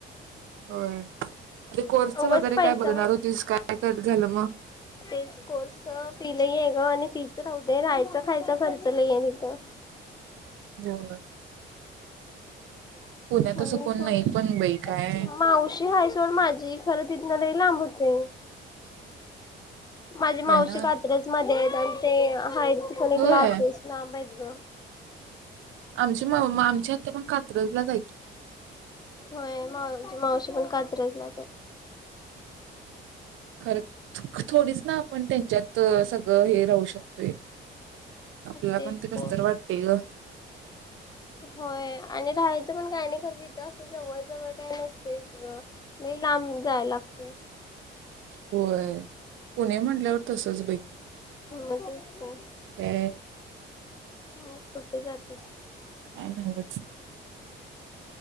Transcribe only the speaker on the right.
होयं कोर्स
वगैरें
कायं बघणारं होतीस कायं करं झालं मंग
तेवढांचं पुण्यात
असं कोण
नाही पण बाई काय
होय
ना
होय
आमची आमच्यां हत्यां पणं कात्रजलां जांय की
खरं थोडीचं नां आपणं त्यांच्यांत सगळं हे राहूं शकतोय आपल्यांला
पणं ते कसतरी
वाटतेय गं
होयं पुणे म्हटल्यांवर तसंच बाई
ते
कांय नंगच